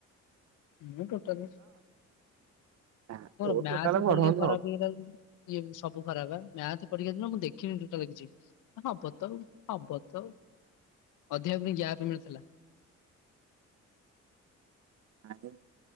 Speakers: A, on the left (about 85°); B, on the right (about 60°).
A: ମୁଁ ଟୋଟାଲି <inaudible>
B: ନା
A: ମୋର
B: ତୋ
A: ମ୍ୟାଥ୍
B: ଟୋଟାଲ ପଢଉନୁ
A: ପରିକ୍ଷା ଖରାପ
B: ଆଉ
A: ହେଇଗଲା ଯୋ ସବୁ ଖରାପ ବା ମ୍ୟାଥ୍ ପରିକ୍ଷା ଦିନ। ଦେଖିନି ଟୋଟାଲ କିଛି। ହବ ତ ହବ ତ ଅଧିକାକୁ ନେଇକି ଗ୍ୟାପ ମିଳୁଥିଲା।
B: ଆଉ